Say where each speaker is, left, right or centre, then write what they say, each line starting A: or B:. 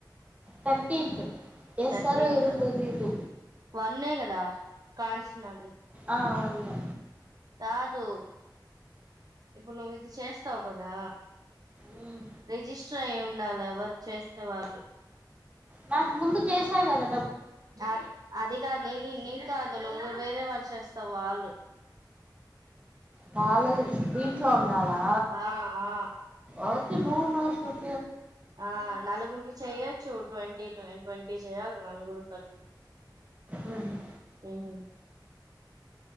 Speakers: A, on the right (about 15°); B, on the right (about 55°).
A: థర్టీన్త్ చేస్తారో
B: థర్టీన్
A: ఏదో
B: ఆ
A: తెలీదు
B: వన్నే కదా కాంచ్ నది
A: ఆ వన్నె
B: కాదు ఇప్పుడు నువ్వు ఇది చేస్తావు కదా
A: మ్మ్.
B: రిజిస్టర్ అయి ఉండాలి ఎవర్ చేస్తే వాళ్ళు.
A: నా ముందు చేసాగద
B: అ అదిికదు నీ నీక్ కాదు నువు వేరే వర్క్ చేస్తావు వాళ్ళు
A: బాలేదధి దీంట్లో ఉన్ వాలా
B: ఆ ఆ
A: ఓకే తే నో నో చెప్
B: ఆ నలుగురికి ఇస్ చెయొచ్చు ట్వంటీ ట్వంటీ చేయాలి నలుగురు కలిపి
A: ఉహు
B: హ్మ్మ్